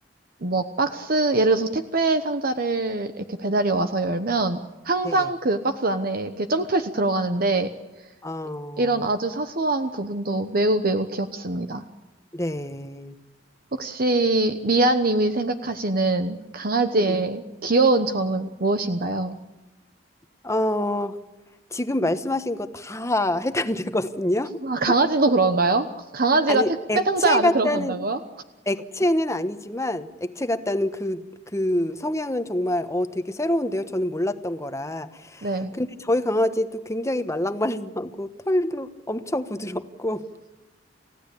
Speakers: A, on the right; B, on the left.
A: 뭐 박스, 예를 들어서 택배 상자를 이렇게 배달이 와서 열면 항상
B: 네.
A: 그 박스 안에 이렇게 점프해서 들어가는데
B: 아,
A: 이런 아주 사소한 부분도 매우 매우 귀엽습니다.
B: 네.
A: 혹시 미아님이 생각하시는 강아지의
B: 네.
A: 귀여운 점은 무엇인가요?
B: 어, 지금 말씀하신 거 다 해당되거든요. <laughs>
A: 아, 강아지도 그런가요? 강아지가
B: 아니,
A: 택배
B: 액체
A: 상자 안에
B: 같다는,
A: 들어간다고요?
B: 액체는 아니지만, 액체 같다는 그, 그 성향은 정말, 어, 되게 새로운데요. 저는 몰랐던 거라.
A: 네,
B: 근데 저희 강아지도 굉장히 말랑말랑하고 털도 엄청 부드럽고